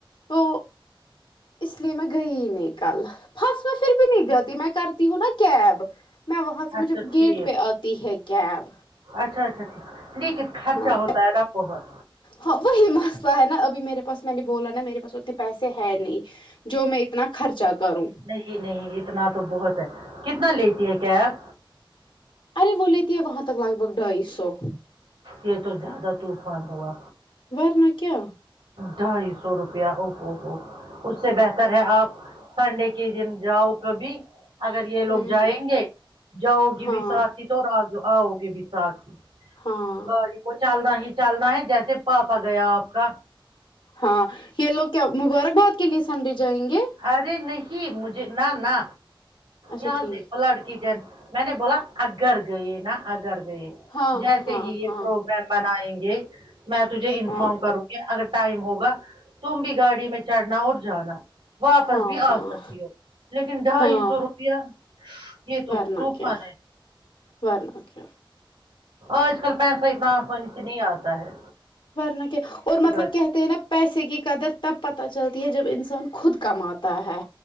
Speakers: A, on the left; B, on the right.
A: تو اس لیے میں گئی ہی نہیں کل ہفسہ پھر بھی نہیں جاتی میں کرتی ہوں نا کیب میں وہاں سے
B: اچھا
A: مجھے
B: ٹھیک
A: گیٹ پہ آتی ہے کیب
B: اچھا اچھا ٹھیک ہے لیکن خرچہ
A: ہاں
B: ہوتا ہے نہ بہت
A: ہاں وہی مسئلہ ہے نا ابھی میرے بس میں نے بولا نا میرے پاس اتنے پیسے ہے نہیں جو میں اتنا خرچہ کروں
B: جی نہیں اتنا تو بہت ہے کتنا لیتی ہے کیب
A: ارے وہ لیتی ہے وہاں تک لگ بھگ ڈھائی سو
B: یہ تو زیادہ طوفانی ہوا
A: ورنہ کیا
B: ڈھائی سو روپیہ او ہوو ہوو اس سے بہتر ہے آپ سنڈے کے دن جاؤ کبھی اگر یہ
A: ہوں
B: لوگ جائیں گے جاؤ گی
A: ہاں
B: بھی ساتھی تو آؤ گی بھی ساتھی
A: ہاں
B: باڑی کو چالنا ہی چالنا ہے جیسے پاپا گیا آپ کا
A: ہاں یہ لوگ کیا مبارک باد کے لیے سنڈے جائیں گے
B: ارے نہیں مجھے نہ نہ
A: اچھا
B: یہاں
A: ٹھیک
B: سے پلاڈ کیٹن میں نے بولا اگر گئے نا اگر گئے
A: ہاں
B: جیسے
A: ہاں
B: ہی یہ
A: ہاں
B: پروگرام بنائیں گے میں تجھے انفارم
A: ہاں
B: کروں گی اگر ٹائم ہوگا تم بھی گاڑی میں چڑھنا اور جانا واپس
A: ہاں
B: بھی آ
A: ہاں
B: سکتی ہو لیکن ڈھائی
A: ہاں
B: سو روپیہ یہ تو
A: ورنہ
B: طوفان
A: کیا
B: ہے
A: ورنہ کیا
B: آج کل پیسہ اتنا آسانی سے نہیں آتا ہے
A: ورنہ کیا
B: خدا
A: اور مطلب
B: کی
A: کہتے ہیں نا پیسے کی قدر تب پتہ چلتی ہے جب انسان خود کماتا تا ہے